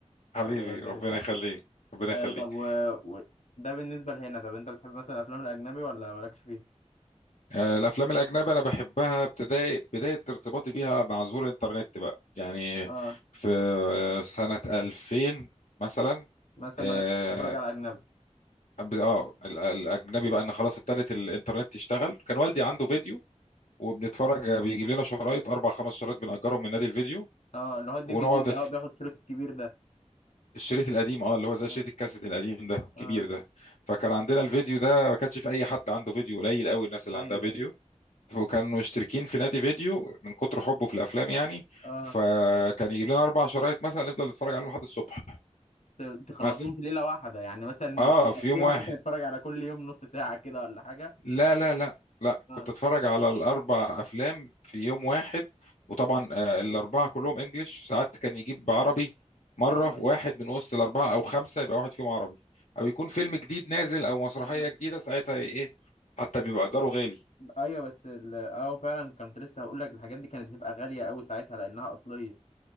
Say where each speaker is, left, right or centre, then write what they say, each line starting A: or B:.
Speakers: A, on the left; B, on the left.
A: حبيبي
B: ربنا يديك
A: ربنا
B: الصحة
A: يخليك ربنا
B: آه
A: يخليك
B: طب و... و... ده بالنسبة لهنا طب انت بتحب مثلا الافلام الاجنبي ولا مالكش فيه
A: آه، الافلام الاجنبيه انا بحبها ابتدائي بدايه ارتباطي بيها مع ظهور الانترنت بقى يعني
B: اه
A: في سنه 2000 مثلا
B: مثلا
A: اه
B: بدأت تتفرج على اجنبي
A: أب- آه، ال- الاجنبي بقى ان خلاص ابتدت الانترنت تشتغل كان والدي عنده فيديو وبنتفرج بيجيب لنا شرايط اربع خمس شرايط بنأجرهم من نادي الفيديو
B: اه اللي هو الدي
A: ونقعد
B: في دي اللي هو بياخد كيلو الكبير ده
A: الشريط القديم اه اللي هو زي
B: اه
A: شريط الكاسيت القديم ده الكبير
B: اه
A: ده فكان عندنا الفيديو ده ما كانش في اي حد عنده فيديو قليل قوي الناس اللي
B: ايوه
A: عندها فيديو
B: ايوه
A: وكانوا مشتركين في نادي فيديو من كتر حبه في الافلام يعني
B: اه
A: فكان يجيب لنا اربع شرايط مثلا نفضل نتفرج عليهم لحد الصبح
B: ت- تخلصوهم
A: مثلا
B: في ليله واحده يعني مثلا مش
A: اه
B: يقسمها
A: في يوم واحد
B: مثلا يتفرج على كل يوم نص ساعه كده ولا حاجه
A: لا لا لا لا
B: اه
A: كنت اتفرج على الاربع افلام في يوم واحد وطبعا آه، الاربعه
B: م.
A: كلهم انجليش ساعات كان يجيب عربي مره
B: اه
A: في واحد من وسط الاربعه او خمسه يبقى واحد فيهم عربي او يكون فيلم جديد نازل او مسرحيه
B: اه
A: جديده ساعتها ايه إيه، حتى بيبقى اجاره غالي
B: ايوه بس ال- اه فعلا كنت لسه هقول لك الحاجات دي كانت بتبقى غاليه قوي ساعتها لانها اصليه